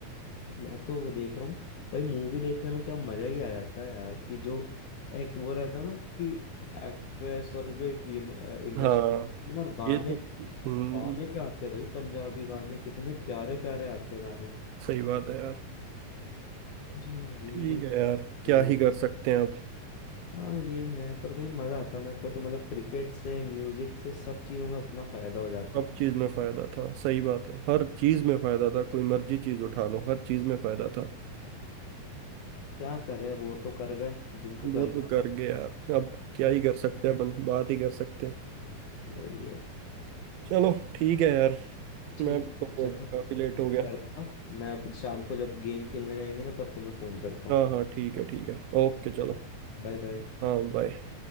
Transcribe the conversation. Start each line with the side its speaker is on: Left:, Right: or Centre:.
Left: मैं तो वो देख रहा हूँ भाई मूवी देखने में क्या मजा ही आ जाता है यार कि जो एक वो रहता है ना कि एक्ट्रेस और जो एक इंडस्ट्री
Right: हाँ
Left: ना और गाने
Right: ये तो हम्म
Left: गाने क्या आते हैं भाई पंजाबी गाने कितने प्यारे प्यारे आते हैं गाने
Right: सही बात है यार
Left: अरे भाई
Right: ठीक है यार क्या
Left: अ,
Right: ही कर सकते हैं अब
Left: हाँ ये है पर भाई मजा आता मेरे को तो मतलब क्रिकेट से म्यूजिक से सब चीजों में अपना फायदा हो जाता
Right: सब चीज में फायदा था सही बात है हर चीज में फायदा था कोई मर्जी चीज उठा लो हर चीज में फायदा था
Left: क्या करे वो तो कर गए जिनको करना
Right: वो तो कर
Left: था
Right: गए यार अब क्या ही कर सकते हैं बन बात ही कर सकते हैं
Left: वही है
Right: चलो ठीक है यार
Left: ठीक
Right: मैं भी
Left: है
Right: तो
Left: भाई, चलो
Right: अब काफी लेट हो गया
Left: मैं करता मैं अब शाम को जब गेम खेलने जाएंगे ना तब तुम्हें फोन करता हूँ
Right: हाँ हाँ ठीक है ठीक है ओके चलो
Left: Bye bye
Right: हाँ बाय